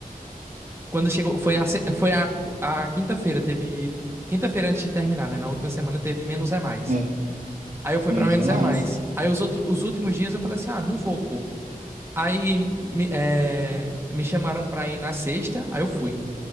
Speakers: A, on the right; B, on the right.
A: quando chegou, foi a, se- foi a, qu- a quinta-feira, teve. Quinta-feira antes de terminar, né? Na última semana teve menos é mais.
B: é.
A: Aí eu fui
B: Também
A: pra
B: não
A: menos
B: sei mais.
A: é mais. Aí os outros, os últimos dias eu falei assim: ah, não vou, pô. Aí me, é, me chamaram pra ir na sexta, aí eu fui.